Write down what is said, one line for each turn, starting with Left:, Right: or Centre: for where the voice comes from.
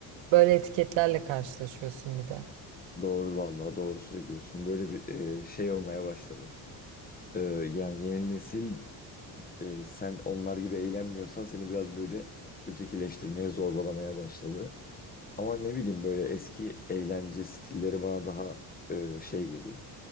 Right: Böyle etiketlerle karşılaşıyorsun bir de.
Left: Doğru vallahi doğru söylüyorsun. Böyle bir e, şey olmaya başladı. E, yani yeni nesil e, sen onlar gibi eğlenmiyorsan seni biraz böyle ötekileştirmeye, zorbalamaya başladı. Ama ne bileyim böyle eski eğlence stilleri bana daha e, şey geliyor.